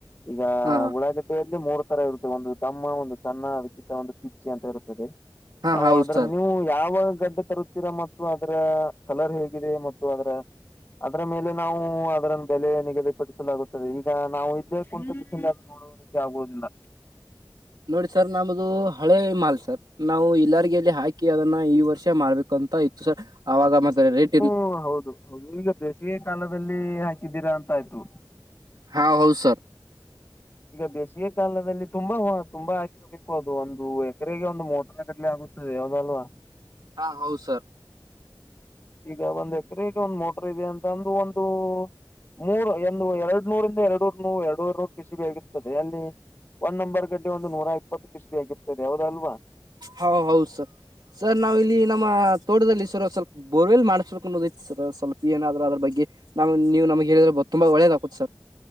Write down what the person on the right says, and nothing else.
ಹಾ
ಹಾ
ಹೌದು
ಸರ್
ನೋಡಿ ಸರ್ ನಮದು ಹಳೇ ಮಾಲ್ ಸರ್ ನಾವು ಇಲ್ಲಾರ್ಗಿಲ್ಲಿ ಹಾಕಿ ಅದನ್ನ ಈ ವರ್ಷ ಮಾಡ್ಬೇಕುಂತ ಇತ್ತು. ಸರ್ ಆವಾಗ ಮತ್ತ ರೇಟ್ ಇರ್
ಹಾ ಹೌದು ಸರ್.
ಹಾ ಹೌದು ಸರ್.
ಹಾ ಹೌದು ಸರ್ ಸರ್ ನಾವು ಇಲ್ಲಿ ನಮ್ಮ ತೋಟದಲ್ಲಿ ಸರ ಸ್ವಲ್ಪ್ ಬೋರ್ವೆಲ್ ಮಾಡಿಸ್ಬೇಕನ್ನೋದ್ ಇತ್ ಸರ ಸ್ವಲ್ಪ್ ಏನಾದ್ರು ಅದ್ರ್ ಬಗ್ಗೆ. ನಾವು ನೀವು ನಮಗ್ ಹೇಳಿದ್ರೆ ತುಂಬ ಒಳ್ಳೇದ್ ಆಕುತ್ ಸರ್.